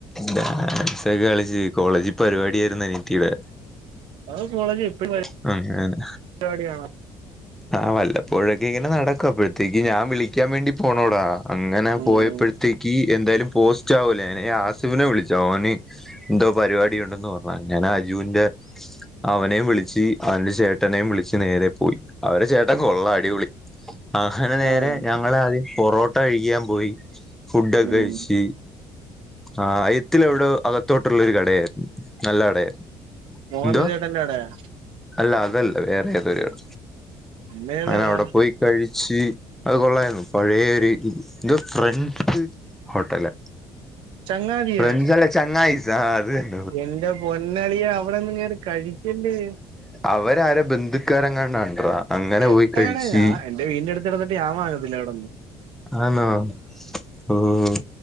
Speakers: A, in the centre; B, on the right.
A: ഡാൻസൊക്കെ കളിച്ചു കോളേജിൽ പരിപാടിയായിരുന്നു അനിത്തീടെ
B: ആ കോളജിപ്പഴും <unintelligible> എ
A: അതേ അതെ
B: രിടിയണോ?
A: ആഹ് വല്ലപ്പോഴൊക്കെ ഇങ്ങനെ നടക്കും അപ്പോഴത്തേക്ക് ഞാൻ വിളിക്കാൻ വേണ്ടി പോണോടാ. അങ്ങനെ
B: ഉം
A: പോയപ്പോഴ്ത്തേക്ക് എന്തായാലും പോസ്റ്റ് ആവൂലേ അല്ലെങ്കി ആസിഫിനെ വിളിച്ച് ഓന്. എന്തോ പരിപാടി ഉണ്ടെന്ന് പർഞ്ഞു അങ്ങനെ അജൂന്റെ അവനേം വിളിച്ച് അവൻ്റെ ചേട്ടനെയും വിളിച്ച് നേരെ പോയി. അവരെ ചേട്ടം കൊള്ളാം അടിപൊളി അങ്ങനെ നേരെ
B: ആഹ്
A: ഞങ്ങളാദ്യം പൊറോ ട്ടകഴിക്കാൻ പോയി ഫുഡൊക്കഴിച്ച്
B: ഉം
A: ആഹ് ആയത്തിലെവ്ടൊ അകത്തോട്ടുള്ളൊരു കടയായിര്ന്നു നല്ല കടയായിരുന്നു.
B: മോഹന്ന
A: എന്തോ
B: ചേട്ടന്റെവ്ടെയോ?
A: അല്ല അതല്ല വേറെ ഏതൊരുട
B: പിന്നെ ഏതാടാ
A: ങ്ങനെവിടെ പോയി കഴിച്ച് അത് കൊള്ളായിര്ന്നു പഴേ ഒരു ന്തോഫ്രഞ്ച് ഹോട്ടല
B: ചങ്ങാതിയാ
A: ഫ്രഞ്ചല്ലെ ചങ്ങായിസാ ആഹ്അതെന്നേ
B: എന്റെ പൊന്നളിയാ അവിടൊന്നുംനീകേറി കഴിക്കല്ലേ
A: അവരാര ബന്ധുക്കാരെങ്ങാണ്ടാട്രാ അങ്ങനെ
B: കെട്ടകട
A: പോയ് കഴ്ച്ച്.
B: ഞാൻ എന്റെ വീടിന്റെ അടുത്ത് കെടന്നിട്ട് ഞൻ വങ്ങത്തില്ല അവടന്ന്.
A: ആന്നോ ഓഹ്..